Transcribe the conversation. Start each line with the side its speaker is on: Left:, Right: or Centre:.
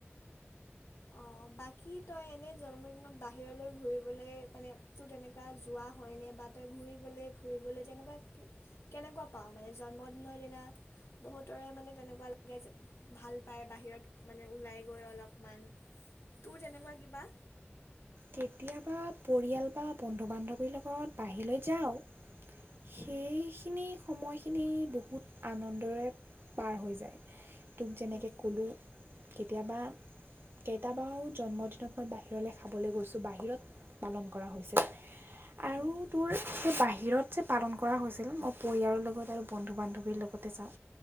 Left: অঁ বাকী তই এনেই জন্মদিনত বাহিৰলৈ ঘূৰিবলৈ মানে তোৰ তেনেকুৱা যোৱা হয়নে বা তই ঘূৰিবলৈ ফুৰিবলৈ তেনেকুৱা কি কেনেকুৱা পাওঁ মানে, জন্মদিনৰ দিনা বহুতৰে মানে তেনেকুৱা লাগে যে ভাল পায় বাহিৰত মানে ওলাই গৈ অলপমান তোৰ তেনেকুৱা কিবা
Right: কেতিয়াবা পৰিয়াল বা বন্ধু বান্ধৱীৰ লগত বাহিৰলৈ যাওঁ। সেইখিনি
Left: উম,
Right: সময়খিনি বহুত আনন্দৰে পাৰ হৈ যায়। তোক যেনেকৈ
Left: উম,
Right: ক'লো। কেতিয়াবা কেইটাবাও জন্মদিনত মই বাহিৰলৈ খাবলৈ গৈছোঁ। বাহিৰত পালন কৰা হৈছিল আৰু
Left: উম,
Right: তোৰ সেই বাহিৰত যে পালন কৰা হৈছিল মই পৰিয়ালৰ লগত আৰু বন্ধু বান্ধৱীৰ লগতে চাওঁ।